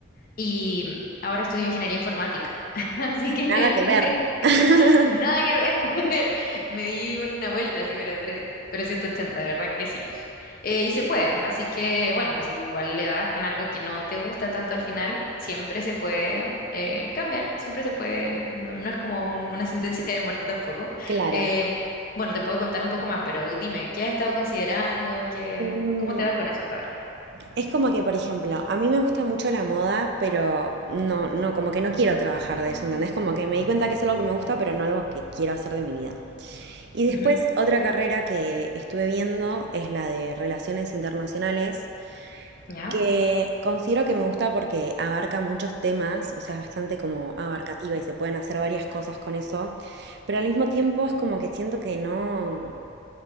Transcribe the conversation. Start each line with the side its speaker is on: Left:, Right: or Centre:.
Left: y ahora estudio ingeniería informática. <laughs> Así que
Right: Nada que
Left: me-
Right: ver. <laughs>
Left: me- nada que ver. <laughs> Me di una vuelta, así, pero, tres- pero 180 de verdad que sí. Eh, y se puede, así que bueno, si igual le das con algo que no te gusta tanto al final, siempre se puede eh, cambiar, siempre se puede, no, no es como un- una sentencia de muerte tampoco.
Right: Claro.
Left: Eh, bueno, te puedo contar un poco más, pero dime, ¿qué has estado considerando? ¿Qué,
Right: Em,
Left: cómo te va con eso hasta ahora?
Right: Es como que, por ejemplo, a mí me gusta mucho la moda, pero no, no, como que no quiero trabajar de eso, ¿entendés? Como que me di cuenta que es algo que me gusta, pero no algo que quiero hacer de mi vida. Y después,
Left: Ujú,
Right: otra carrera que estuve viendo es la de Relaciones Internacionales,
Left: ¿Ya?
Right: que considero que me gusta porque abarca muchos temas, o sea, es bastante como abarcativa y se pueden hacer varias cosas con eso, pero al mismo tiempo es como que siento que no